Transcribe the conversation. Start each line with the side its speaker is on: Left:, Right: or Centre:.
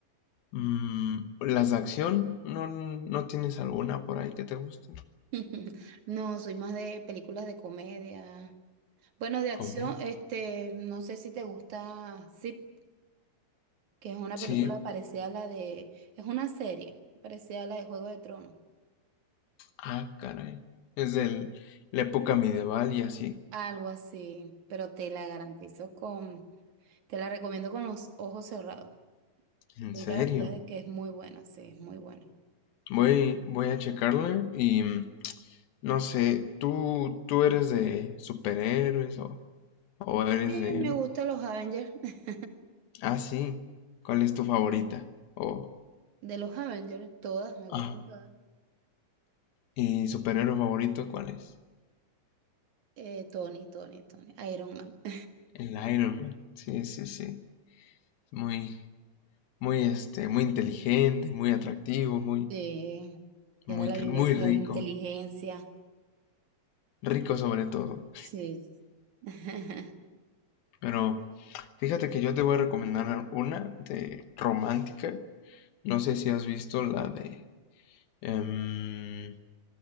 Left: mm, las de acción, ¿no no tienes alguna por ahí que te guste?
Right: <laughs> No, soy más de películas de comedia. Bueno, de acción,
Left: ¿Comedia?
Right: este, no sé si te gusta, sí. que es una
Left: Sí.
Right: película parecida a la de, es una serie parecida a la de Juego de Tronos,
Left: Ah, caray. Es del la época medieval y así.
Right: algo así, pero te la garantizo con, te la recomiendo con los ojos cerrados.
Left: ¿En
Right: Doy
Left: serio?
Right: garantía de que es muy buena, sí, es muy buena.
Left: Voy voy a checarla y, mm, no sé, ¿tú tú eres de superhéroes o o eres
Right: Bien,
Left: de
Right: me gustan los Avengers, <laughs>
Left: Ah, sí. ¿Cuál es tu favorita? O,
Right: de los Avengers, todas, me
Left: ah,
Right: gustan todas.
Left: ¿y superhéroe favorito cuál es?
Right: Eh, Tony, Tony, Tony, Iron Man. <laughs>
Left: El Iron Man. Sí, sí, sí. Muy, muy, este, muy inteligente, muy atractivo, muy,
Right: Sí, tiene
Left: muy,
Right: la
Left: cr-
Right: vivencia
Left: muy rico.
Right: de inteligencia,
Left: Rico sobre todo.
Right: sí. <laughs>
Left: Pero fíjate que yo te voy a recomendar una de romántica. No sé si has visto la de em,